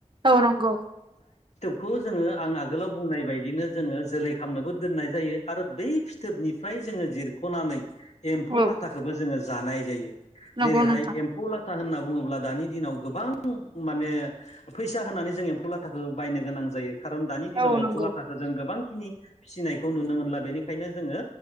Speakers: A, on the right; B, on the left.
A: औ नंगौ
B: खौ जोङो आं आगोलाव बुंनाय बाय दिनो जोङो जोलै खालामनोबो दोननाय जायो आरो बै फिथोबनिफ्राय जोङो जिरख'नानै एम्फौ
A: औ
B: लाथाखौबो जोङो जानाय जायो
A: नंगौ
B: जेरैहाय
A: नोंथां
B: एम्फौ लाथा होनना बुङोब्ला दानि दिनाव गोबां माने फैसा होनानै जों एम्फौ लाथाखौ बायनो गोनां जायो खारन दानि दिनाव
A: औ नंगौ
B: एम्फौ लाथाखौ जों गोबांखिनि फिसिनायखौ नुनो मोनला बेनिखायनो जोङो